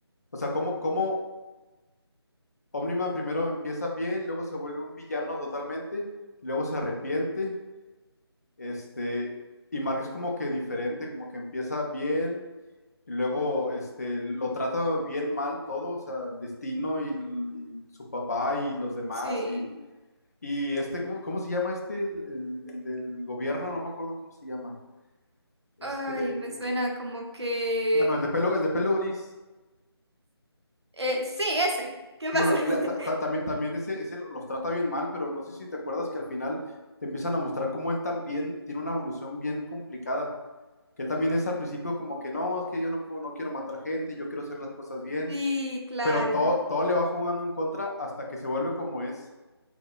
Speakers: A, on the left; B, on the right.
A: o sea, como, como Omniman primero empieza bien, luego se vuelve un villano totalmente, y luego se arrepiente, Este, y Mark es como que diferente, como que empieza bien y luego este, lo trata bien mal todo, o sea, el destino y, y su papá y los demás.
B: Sí.
A: Y, y este, ¿cómo, cómo se llama este? El, el- el del gobierno, no me acuerdo cómo se llama. Este,
B: Ay, me suena como que...
A: bueno, el de pelo, el de pelo gris.
B: eh, sí, ese. ¿Qué
A: Sí,
B: pasó?
A: bueno,
B: <laughs>
A: eh, la- ta- ta- también, también ese, ese lo- los trata bien mal, pero no sé si te acuerdas que al final te empiezan a mostrar cómo él también tiene una evolución bien complicada. Que él también es al principio como que no, es que yo no puedo, no quiero matar gente, yo quiero hacer las cosas bien,
B: Sí, claro.
A: pero todo, todo le va jugando en contra hasta que se vuelve como es.